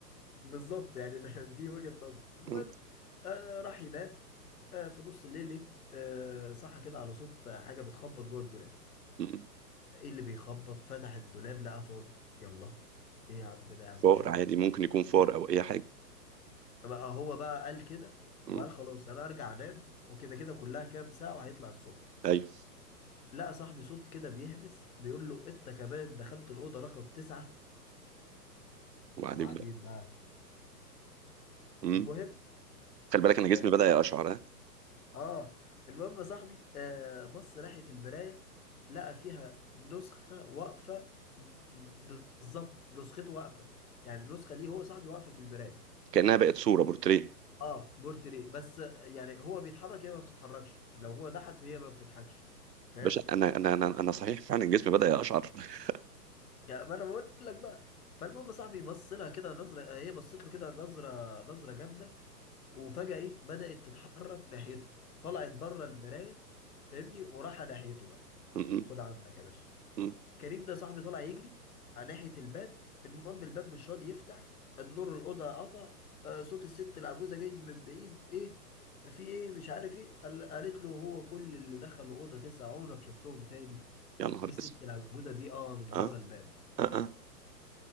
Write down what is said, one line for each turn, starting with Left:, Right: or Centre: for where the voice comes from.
Left: بالظبط يعني <laughs> ده- دي وجهه نظر المهم
Right: مم.
Left: آه راح ينام آه في نص الليل ايه آه صحى كده على صوت حاجه بتخبط جوه الدولاب
Right: مم.
Left: ايه اللي بيخبط فتح الدولاب لقى فاضي يلا ايه يا عم ده يا عم
Right: فار
Left: شغل
Right: عادي
Left: الر-
Right: ممكن يكون فار او اي حاجه
Left: بقى هو بقى قال كده
Right: مم.
Left: وقال خلاص انا ارجع انام وكده كده كلها كام ساعة وهيطلع الصبح
Right: ايوه
Left: لقى صاحبي صوت كده بيهبس بيقول له انت كمان دخلت الأوضة رقم تسعة
Right: وبعدين
Left: وبعدين
Right: بقى
Left: بقى
Right: مم.
Left: المهم
Right: خلي بالك انا
Left: اه,
Right: جسمي بدا يقشعر ها
Left: آه المهم يا صاحبي آه بص ناحية المراية لقى فيها نسخة واقفة بالظبط نسخته واقفة يعني النسخة ليه هو صاحبي واقفة في المراية
Right: كانها بقت صوره بورتريه
Left: اه بورتري بس يعني هو بيتحرك هي ما بتتحركش لو هو ضحك هي ما بتضحكش فاهم
Right: باشا انا انا انا انا صحيح فعلا جسمي بدا يقشعر <laughs>
Left: يعني ما انا بقول لك بقى فالمهم يا صاحبي بص لها كده نظره هي بصت له كده نظره نظره جامده وفجاه ايه بدات تتحرك ناحيته طلعت بره المرايه فاهمني وراح ناحيته بقى
Right: مم.
Left: خد عندك يا باشا
Right: مم.
Left: كريم ده صاحبي طالع يجري على ناحية الباب المهم الباب مش راضي يفتح النور الأوضة قطع آه، صوت الست العجوزة جاي من بعيد ايه في ايه مش عارف ايه قال- قالت له هو كل اللي دخلوا أوضة تسعة عمرك شفتهم تاني
Right: يا نهار
Left: دي الست
Right: اسود
Left: العجوزة دي اه من
Right: اه
Left: بره الباب
Right: اه اه